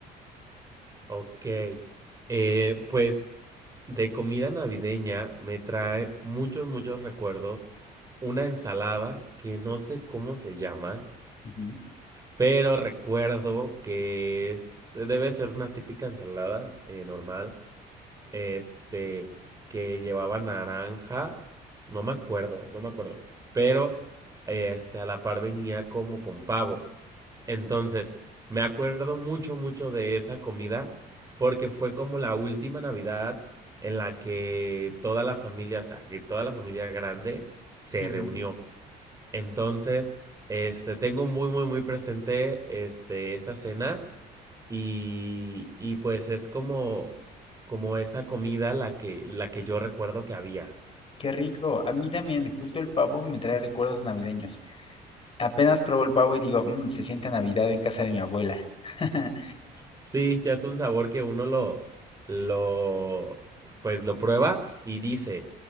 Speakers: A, on the right; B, on the left.
A: Ok. Eh, pues de comida navideña me trae muchos, muchos recuerdos. Una ensalada que no sé cómo se llama,
B: Ujú,
A: pero recuerdo que es, debe ser una típica ensalada eh, normal, este, que llevaba naranja, no me acuerdo, no me acuerdo, pero este, a la par venía como con pavo. Entonces, me acuerdo mucho, mucho de esa comida porque fue como la última Navidad en la que toda la familia, o sea, que toda la familia grande se
B: ujú.
A: reunió. Entonces, este, tengo muy, muy, muy presente este, esa cena y, y pues es como, como esa comida la que, la que yo recuerdo que había.
B: Qué rico. A mí también, justo el pavo me trae recuerdos navideños. Apenas pruebo el pavo y digo, "Mm, se siente Navidad en casa de mi abuela. <laughs>
A: Sí, ya es un sabor que uno lo, lo, pues lo prueba y dice,